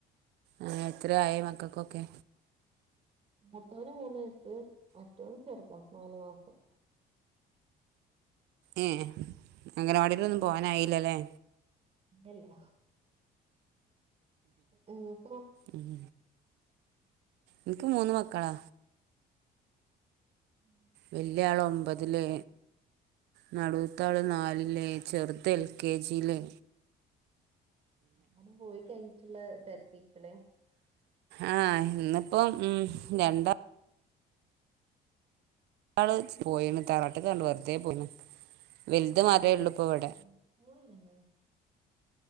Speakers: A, on the right (about 80°); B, on the right (about 35°).
A: ആഹ് എത്രയ ആയെ മക്കക്കൊക്കെ
B: മുത്തോന് മൂന്ന് വയസ്സ് മറ്റൊൻ ചെറുതാ നാലു മാസം
A: ഏഹ് അംഗനവാടിയിലൊന്നും പോകാനായില്ലല്ലേ
B: എല്ല ഇങ്ങക്കോ
A: ഉം. ഇൻക്ക് മൂന്ന് മക്കളാ
B: ഉം
A: വല്യാള് ഒമ്പതില്. നടുവത്താള് നാലില്, ചെറുത് എൽ കെ ജി ല്.
B: എല്ലാരും പോയി കഴിഞ്ഞിട്ടുള്ള തെരക്കീക്കലെ.
A: ആ ഇന്നിപ്പോം ഉം രണ്ടാ ള് പോയേന് തറവാട്ട് കാണ്ട് വെറുതെ പോയിന്. വലുത് മാത്രേ ഉള്ളു ഇപ്പവടെ.
B: ആ സ്കൂളില്ലല്ലേ?